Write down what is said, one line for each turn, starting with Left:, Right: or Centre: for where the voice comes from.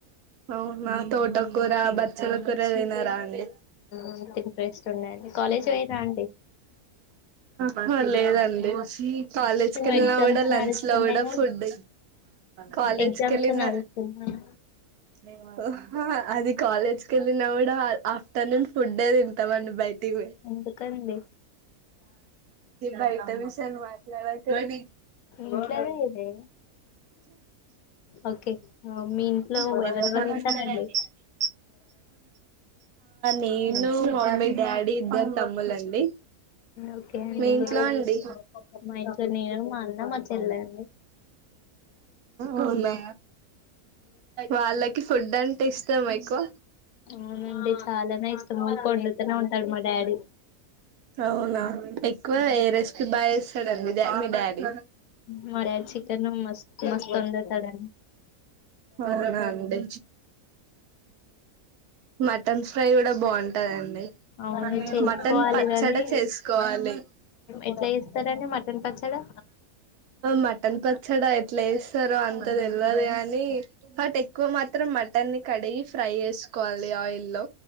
Right: అవునా అని తోట కూ బచ్చల కూర తినారా అండి,
Left: అంత ఇంట్రెస్ట్ ఉండయండి కాలేజ్ పోయిరా అండి
Right: ఆహా లేదండి, కాలేజ్కి
Left: ఏమో
Right: వెళ్ళినా
Left: ఎగ్జామ్స్
Right: కూడా లంచ్
Left: నడుస్తున్నాయిగా
Right: లో కూడా ఫుడ్ కాలేజ్కి
Left: ఎగ్జామ్స్
Right: వెళ్ళిన,
Left: నడుస్తున్నాయి
Right: హాహా అది కాలేజ్ కి వెళ్ళిన కూడా ఆఫ్టర్నూన్ ఫుడ్డె తింటాం, బయటికి పోయి
Left: ఎందుకండి
Right: బయట విషయాలు మాట్లాడకండి,
Left: ఇంట్లోనే ఇదే ఓకే మీ ఇంట్లో
Right: <unintelligible>
Left: ఎవరెవరు ఉంటారండి
Right: నేను మమ్మీ డాడీ ఇద్దరు తమ్ములండి
Left: ఓకే అండి
Right: మీ ఇంట్లో
Left: ఇంకా
Right: అండి
Left: మా ఇంట్లో నేను మా అన్న మా చెల్లె అండి
Right: అవునా, వాళ్ళకి ఫుడ్ అంటే ఇ ఎక్కువ
Left: అవునండి చాలానే ఇష్టం ఊకె వండుతూనే ఉంటాడు మా డాడీ
Right: అవునా ఎక్కువ ఏ రెస్పి బాగా చే స్తాడండి మీ డాడీ,
Left: మా డాడ్ చికెన్ మస్త్ మస్తు వండుతాడండి
Right: అవునండి, మటన్ ఫ్రై కూడా బాగుంటందండి
Left: అవును చేసుకోవాలి
Right: మటన్ పచ్చడి
Left: గాని
Right: చేసుకోవాలి,
Left: ఎట్లా చేస్తారండి మటన్ పచ్చడా
Right: మటన్ పచ్చడా ఎట్లా వేస్తారో అంత తెలియదు కానీ వాట్ ఎక్కువ మాత్రం మటన్, కడిగి ఫ్రై చేసుకోవాలి ఆయిల్ లో